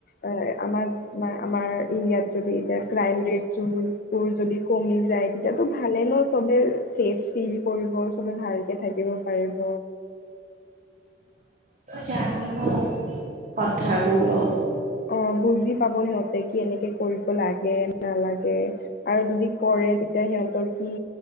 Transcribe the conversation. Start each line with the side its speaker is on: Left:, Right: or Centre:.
Left: আহ আমাৰ ম আমাৰ ইণ্ডিয়াত যদি এতিয়া ক্ৰাইমৰেট য তোৰ যদি কমি যায় তেতিয়াতো ভালে ন চবে ছেফ ফিল কৰিব চবে ভালকে থাকিব। পাৰিব
Right: জানিব কথা বোৰ ন
Left: অ বুজি পাব সিহঁতে কি এনেকে কৰিব লাগে নালাগে। আৰু যদি কৰে তেতিয়া সিহঁতৰ কি